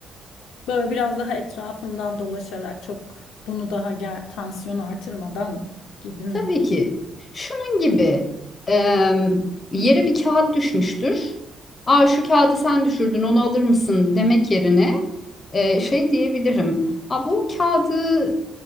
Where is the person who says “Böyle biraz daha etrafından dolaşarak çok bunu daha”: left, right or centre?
Left